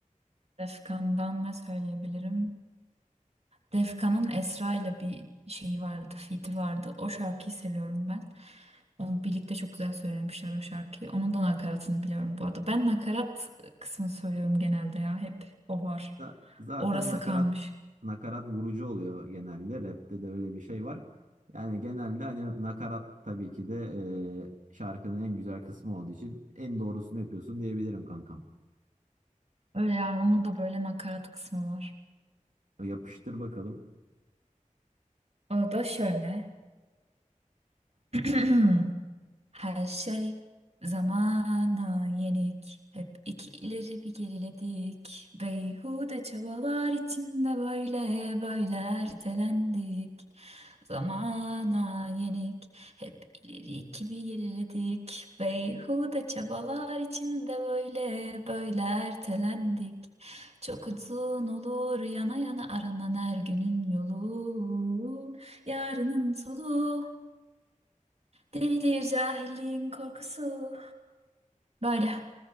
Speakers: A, on the right; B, on the right.
A: Defkan'dan ne söyleyebilirim? Defkan'ın Esra ile bir şeyi vardı, feat'i vardı. O şarkıyı seviyorum ben. Onu birlikte çok güzel söylemişler o şarkıyı. Onun da nakaratını biliyorum bu arada. Ben nakarat kısmını söylüyorum genelde ya. Hep o var.
B: Za- Zaten
A: Orası
B: nakarat
A: kalmış.
B: nakarat vurucu oluyor genelde. Rap'te de öyle bir şey var. Yani genelde hani nakarat tabii ki de e, şarkının en güzel kısmı olduğu için en doğrusunu yapıyorsun diyebilirim kankam.
A: Öyle yani onun da böyle nakarat kısmı var.
B: Yapıştır bakalım.
A: O da şöyle. <clears throat> Her şey zamana yenik. Hep iki ileri bir geriledik. Beyhude çabalar içinde böyle böyle ertelendik. Zamana yenik. Hep ileri iki bir geriledik. Beyhude çabalar içinde böyle böyle ertelendik. Çok uzun olur yana yana aranan her günün yolu. Yarının soluğu. Delidir cahilliğin korkusu. Böyle.